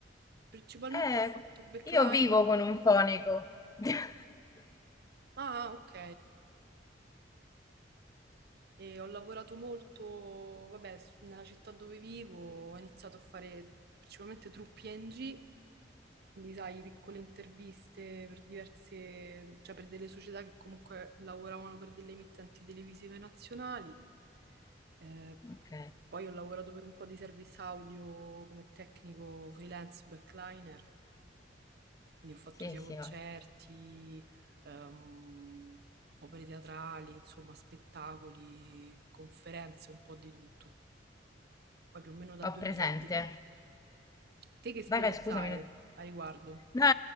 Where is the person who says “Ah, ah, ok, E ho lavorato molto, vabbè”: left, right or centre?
Right